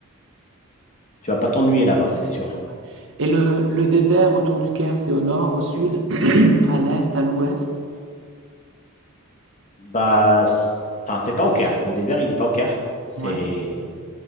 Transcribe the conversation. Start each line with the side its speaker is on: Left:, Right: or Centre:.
Left: tu vas pas t'ennuyer là-bas, c'est sûr.
Right: Ouais et le le désert autour du Caire, c'est au nord, au sud, <clears throat> à l'est, à l'ouest?
Left: Bah, c'est- enfin, c'est pas au Caire. Le désert, il n'est pas au Caire. C'est
Right: Ouais,